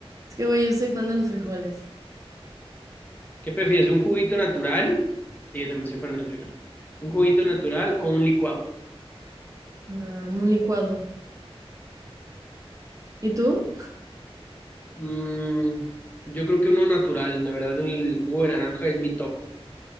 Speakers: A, on the right; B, on the left.
A: Es que, güey, yo soy fan de los frijoles.
B: ¿Qué prefieres? ¿Un juguito natural? Sí, yo también soy fan de los frijoles. ¿Un juguito natural o un licuado?
A: Ah, un licuado. ¿Y tú?
B: Mm, yo creo que uno natural. La verdad, el jugo de naranja es mi top.